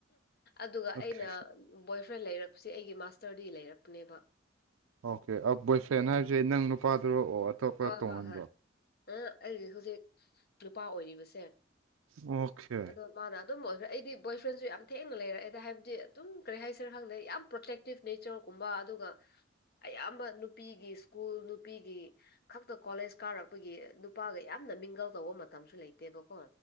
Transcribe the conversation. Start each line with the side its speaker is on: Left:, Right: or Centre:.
Left: ꯑꯗꯨꯒ
Right: ꯑꯣꯀꯦ
Left: ꯑꯩꯅ ꯕꯣꯏ ꯐ꯭ꯔꯦꯟ ꯂꯩꯔꯛꯄꯁꯦ ꯑꯩꯒꯤ ꯃꯥꯁꯇꯔꯗꯤ ꯂꯩꯔꯛꯄꯅꯦꯕ
Right: ꯑꯣꯀꯦ ꯑ ꯕꯣꯏꯐ꯭ꯔꯦꯟ
Left: ꯎꯝ
Right: ꯍꯥꯏꯕꯁꯦ
Left: ꯎꯝ
Right: ꯅꯪ ꯅꯨꯄꯥꯗꯨꯔꯣ ꯑꯣ ꯑꯇꯣꯞꯄ
Left: ꯍꯣꯏ
Right: ꯇꯣꯉꯥꯟꯕ꯭ꯔꯣ
Left: ꯍꯣꯏ ꯍꯣꯏ ꯑꯩꯒꯤ ꯍꯧꯖꯤꯛ ꯅꯨꯄꯥ ꯑꯣꯏꯔꯤꯕꯁꯦ
Right: ꯑꯣꯀꯦ
Left: ꯑꯗꯣ ꯃꯥꯅ ꯑꯗꯨꯝ ꯑꯣꯏꯈ꯭ꯔꯦ ꯑꯩꯗꯤ ꯕꯣꯏ ꯐ꯭ꯔꯦꯟꯁꯨ ꯌꯥꯝ ꯊꯦꯡꯅ ꯂꯩꯔꯛꯑꯦꯗ ꯍꯥꯏꯕꯗꯤ ꯑꯗꯨꯝ ꯀꯔꯤ ꯍꯥꯏꯁꯔꯦ ꯈꯪꯗꯦ ꯌꯥꯝ ꯄ꯭ꯔꯣꯇꯦꯛꯇꯤꯞ ꯅꯦꯆꯔꯒꯨꯝꯕ ꯑꯗꯨꯒ ꯑꯌꯥꯝꯕ ꯅꯨꯄꯤꯒꯤ ꯁ꯭ꯀꯨꯜ ꯅꯨꯄꯤꯒꯤ ꯈꯛꯇ ꯀꯣꯂꯦꯖ ꯀꯥꯔꯛꯄꯒꯤ ꯅꯨꯄꯥꯒ ꯌꯥꯝꯅ ꯃꯤꯡꯒꯜ ꯇꯧꯕ ꯃꯇꯝꯁꯨ ꯂꯩꯇꯦꯕꯀꯣ